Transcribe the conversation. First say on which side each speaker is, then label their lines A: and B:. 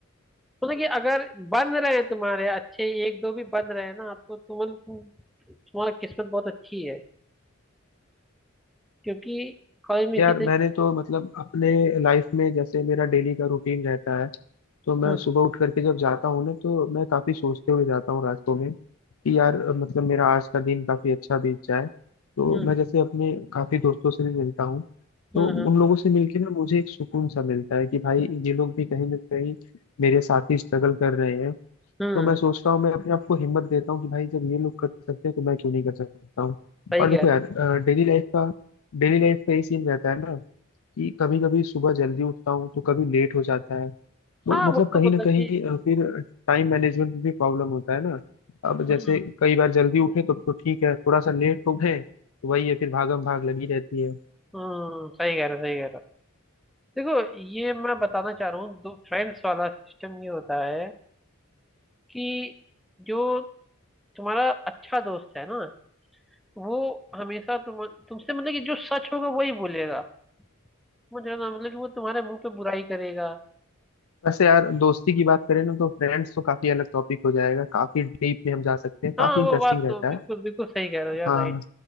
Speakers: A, in the centre; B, on the left.
A: मतलब कि अगर बन रहे हैं तुम्हारे अच्छे एक दो भी बन रहे हैं ना आपको तो मतलब तुम- तुम्हारी किस्मत बहुत अच्छी है क्योंकि कॉलेज में
B: यार
A: इसी तरीके
B: मैंने तो मतलब अपने लाइफ में जैसे मेरा डेली का रूटीन रहता है तो मैं
A: हम्म
B: सुबह उठ करके जब जाता हूँ ना तो मैं काफी सोचते हुए जाता हूँ रास्तों में कि यार अ, मतलब मेरा आज का दिन काफी अच्छा बीत जाए तो
A: हम्म
B: मैं जैसे अपने काफी दोस्तों से भी मिलता हूँ तो
A: हम्म
B: उन लोगों से मिलके ना मुझे एक सुकून सा मिलता है कि भाई ये लोग भी कहीं ना कहीं मेरे साथ ही स्ट्रगल कर रहे हैं
A: हम्म
B: तो मैं सोचता हूँ मैं अपने आप को हिम्मत देता हूँ कि भाई जब ये लोग कर सकते हैं तो मैं क्यों नहीं कर सकता हूँ
A: सही
B: और देखो
A: कह रहे
B: यार डेली लाइफ का डेली लाइफ का ये सीन रहता है ना कि कभी कभी सुबह जल्दी उठता हूँ तो कभी लेट हो जाता है तो
A: हो हाँ
B: मतलब
A: वो तो
B: कहीं
A: मतलब
B: ना कहीं
A: कि
B: अ, फिर टाइम मैनेजमेंट में भी प्रॉब्लम होता है ना अब जैसे
A: हम्म
B: कई बार जल्दी उठे तो तो ठीक है थोड़ा सा लेट हो गए तो वही है फिर भागम भाग लगी रहती है
A: हम्म सही कह रहे हो सही कह रहे हो देखो ये मैं बताना चाह रहा हूँ दो फ्रेंड्स वाला सिस्टम ये होता है कि जो तुम्हारा अच्छा दोस्त है ना वो हमेशा तुम तुमसे मतलब कि जो सच होगा वही बोलेगा समझ रहे हो ना मतलब कि वो तुम्हारे मुंह पे बुराई करेगा
B: वैसे यार दोस्ती की बात करें ना तो फ्रेंड्स तो काफी अलग टॉपिक हो जाएगा काफी डीप में हम जा सकते हैं काफी
A: हाँ
B: इंटरेस्टिंग
A: वो बात
B: रहता
A: तो बिल्कुल
B: है
A: बिल्कुल सही कह रहे हो यार
B: हाँ
A: राइट